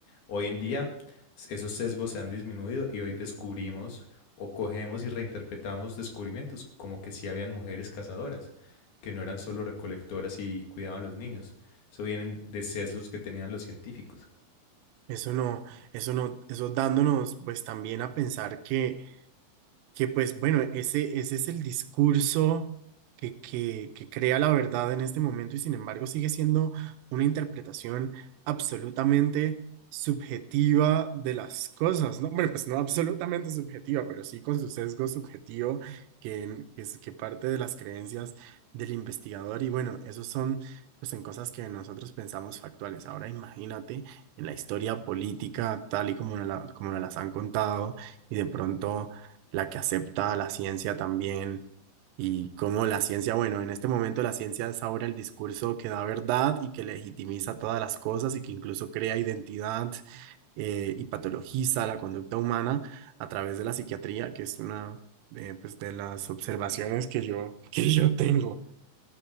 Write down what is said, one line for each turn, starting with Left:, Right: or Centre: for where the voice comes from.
Left: Hoy en día esos sesgos se han disminuido y hoy descubrimos o cogemos y reinterpretamos descubrimientos como que sí habían mujeres cazadoras, que no eran solo recolectoras y cuidaban a los niños. Eso vienen de sesgos que tenían los científicos.
Right: Eso no, eso no, eso dándonos pues también a pensar que Que pues bueno, ese, ese es el discurso que, que, que crea la verdad en este momento y sin embargo sigue siendo una interpretación absolutamente subjetiva de las cosas, ¿no? Bueno, pues no absolutamente subjetiva, pero sí con su sesgo subjetivo que, en- que, es- que parte de las creencias del investigador y bueno, esos son, pues son cosas que nosotros pensamos factuales. Ahora imagínate en la historia política tal y como nos la, como nos las han contado y de pronto la que acepta la ciencia también y cómo la ciencia, bueno, en este momento la ciencia es ahora el discurso que da verdad y que legitimiza todas las cosas y que incluso crea identidad eh, y patologiza la conducta humana a través de la psiquiatría, que es una eh, pues de las observaciones que yo, <laughs> que yo tengo.